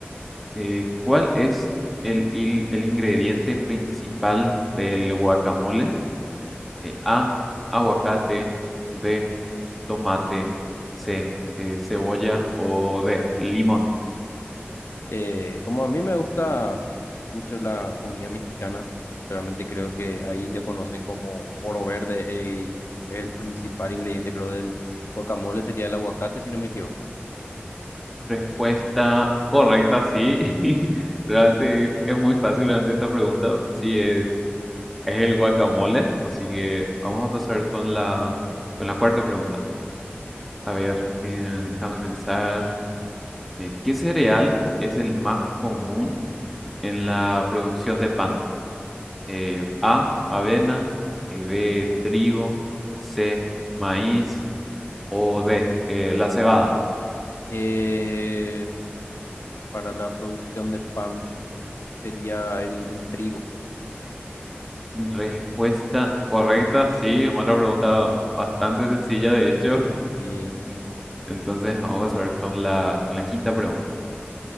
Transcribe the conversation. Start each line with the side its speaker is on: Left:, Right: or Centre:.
Centre: Eh, ¿cuál es el, il- el ingrediente principal del guacamole? Eh, A, aguacate, B, tomate, C, eh, cebolla o D, limón.
Left: eh, como a mí me gusta mucho la comida mexicana. Realmente creo que ahí lo conocen como oro verde y es el principal ingrediente, creo, del guacamole, sería el aguacate, si no me equivoco.
Centre: Respuesta correcta, sí. <laughs> Realmente es, es muy fácil realmente esta pregunta. Sí, es, es el guacamole. Así que vamos a pasar con la, con la cuarta pregunta. A ver, eh, déjame pensar. eh, ¿qué cereal es el más común? en la producción de pan. Eh, A, avena, eh, B, trigo, C, maíz o D, eh, la cebada.
Left: Eh, para la producción de pan sería el, el trigo.
Centre: Respuesta correcta, sí. Otra pregunta
Left: Mm,
Centre: bastante sencilla, de hecho. <laughs>
Left: eh,
Centre: En- Entonces, vamos a ver con la, con la quinta pregunta.